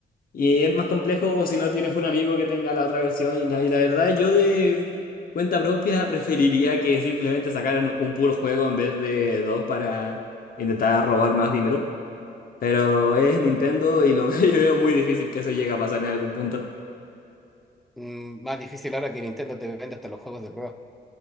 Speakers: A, on the left; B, in the centre.
A: Y es más complejo si no tienes un amigo que tenga la otra versión. Y la, y la verdad, yo de cuenta propia preferiría que simplemente sacaran un puro juego en vez de dos para intentar robar más dinero. Pero es Nintendo y lo <laughs> y veo muy difícil que eso llegue a pasar en algún punto.
B: Mm, más difícil ahora que Nintendo te vende hasta los juegos de prueba.